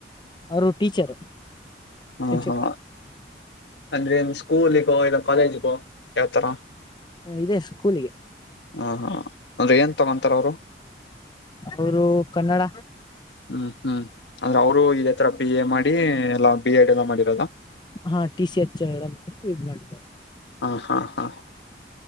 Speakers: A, on the left; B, on the left.
A: ಅವರು ಟೀಚರ್.
B: ಹಾ
A: ಶಿಕ್ಷಕರು
B: ಹಾ ಅಂದ್ರೆ ಸ್ಕೂಲಿಗೋ ಇಲ್ಲ ಕಾಲೇಜಿಗೋ ಯಾವ್ತರ
A: ಹ ಇದೆ ಸ್ಕೂಲಿ
B: ಹಾ ಹಾ ಅಂದ್ರೆ ಏನ್ ತಗೊಂತಾರೆ ಅವ್ರು?
A: ಅವರು ಕನ್ನಡ.
B: ಹ್ಮ್ ಹ್ಮ್ ಅಂದ್ರೆ ಅವ್ರು ಇದೇ ತರ ಬಿ ಎ ಮಾಡಿ ಎಲ್ಲಾ ಬಿ ಎಡ್ ಎಲ್ಲ ಮಾಡಿರೋದ?
A: ಹಾ ಟಿ ಸಿ ಎಚ್ ಎಲ್ಲ ಮಾಡಿ ಇದ್ ಮಾಡ್
B: ಹಾ ಹಾ ಹಾ